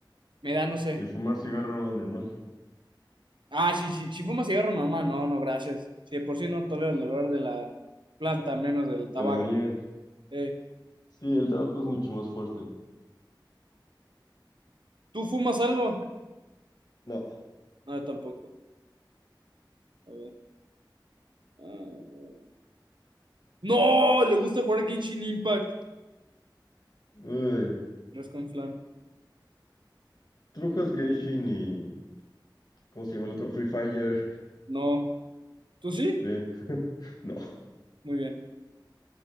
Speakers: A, on the right; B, on the left.
A: Me da, no sé.
B: Y fumar cigarro normal.
A: Ah, sí, sí, si fuma cigarro normal, no, no, gracias. Si de por sí no tolero el olor de la planta, menos del tabaco.
B: Te la María.
A: Eh,
B: Sí, el tabaco es mucho más fuerte.
A: ¿tú fumas algo?
B: No.
A: No, tampoco. A ver. ah, ¡No! Le gusta jugar a Genshin Impact.
B: Uy.
A: Rescon Flan.
B: ¿Tú no juegas Genshin y... ¿Cómo se llama el otro? Free Fire.
A: No. ¿Tú sí?
B: <laughs> Bien. No.
A: Muy bien.